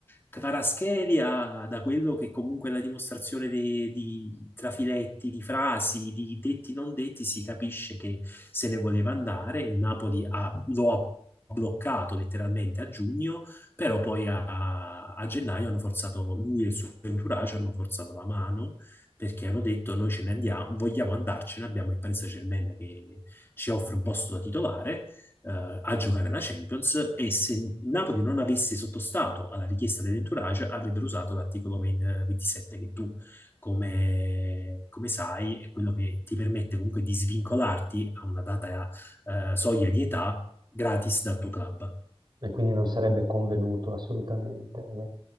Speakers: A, on the left; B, on the right.
A: Kvaratskhelia, ha, da quello che comunque è la dimostrazione de- di trafiletti, di frasi, di detti non detti, si capisce che se ne voleva andare. Il Napoli ha- lo ha bloccato letteralmente a giugno, però poi a, a gennaio hanno forzato lui e il suo entourage hanno forzato la mano perché hanno detto noi ce ne andiamo, vogliamo andarcene, abbiamo il Paris Saint-Germain che ci offre un posto da titolare eh, a giocare la Champions e se Napoli non avesse sottostato alla richiesta dell'entourage avrebbero usato l'articolo 20 27 che tu come, come sai è quello che ti permette comunque di svincolarti a una data eh, soglia di età gratis dal tuo club.
B: E quindi non sarebbe convenuto assolutamente. eh.